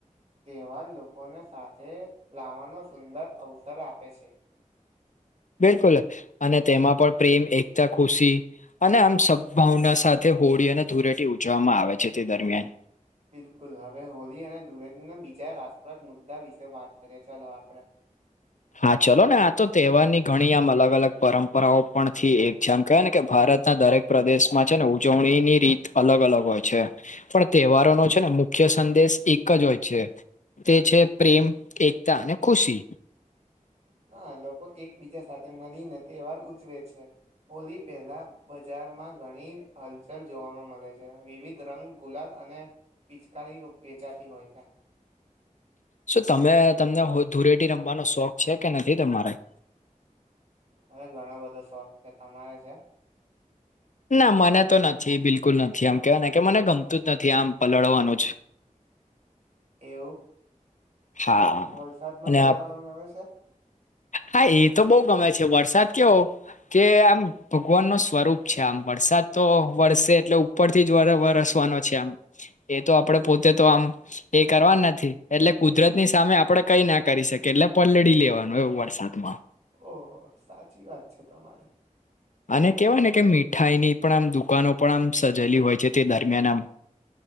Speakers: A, on the right; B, on the left.
A: તહેવાર લોકોને સાથે લાવવાનો સુંદર અવસર આપે છે.
B: બિલકુલ અને તેમાં પણ પ્રેમ એકતા ખુશી અને આમ સદભાવના સાથે હોળી અને ધુરેટી ઉજવવામાં આવે છે તે દરમિયાન.
A: બિલકુલ હવે હોળી અને ધુળેટૂ ના બીજા રસપ્રદ મુદ્દા વિશે વાત કરીએ ચલોો આપડે
B: હા ચલો ને આ તો તહેવારની ઘણી આમ અલગ અલગ પરંપરાઓ પણ થી એક છે આમ કહેવાય ને કે ભારતના દરેક પ્રદેશમાં છે ને ઉજવણી ની રીત અલગ અલગ હોય છે. પણ તહેવારો નો છે ને મુખ્ય સંદેશ એક જ હોય છે. તે છે પ્રેમ એકતા અને ખુશી.
A: હા લોકો એકબીજા સાથે મળીને તહેવાર ઉજવે છે. હોલી પહેલા બજારમાં ઘણી હલચલ જોવાવામાં મળે છે. વિવિધ રંગ ગુલાલ અને પિચકારી વેચાતી હોય છે.
B: શ તમે તમને ધૂરેટી રમવાનો શોખ છે કે નથી તમારે?
A: હવે ઘણો બધો શોખ છે. તમારે છે?
B: ના મને તો નથી બિલકુલ નથી આમ કેવાય કે મને ગમતું જ નથી આમ પલળવાનું જ.
A: એવું?
B: હા
A: વલસાદમાં
B: અને
A: પલળવાનું
B: આપ
A: ગમે છે.?
B: હા એ તો બહુ ગમે છે. વરસાદ કેવો કે આમ ભગવાન ન સ્વરૂપ છે. આમ વરસાદ તો વરસે એટલે ઉપરથી જ વરસવાનો છે આમ એ તો આપડ પોતે તો આમ એ કરવા નથી એટલે કુદરતની સામે આપડે કઈ ના કરી શકી એટલે પલળી લેવાનું. વરસાદ માં
A: ઓહો સાચી વાત છે તમારી.
B: અને કેવાય ને કે મીઠાઈ ની પણ આમ દુકાનો પણ આમ સજેલી હોય છે તે દરમિયાન આમ